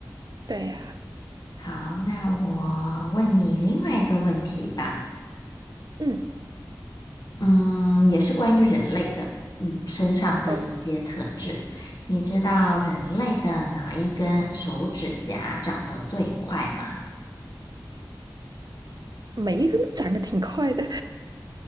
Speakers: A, on the right (about 65°); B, on the left (about 65°).
A: 对呀，
B: 好，那我问你另外一个问题吧，
A: 嗯，
B: 嗯，也是关于人类的，嗯，身上的一些特质。
A: 哦，
B: 你知道人类的哪一根手指甲长得最快吗？
A: 每一个都长得挺快的，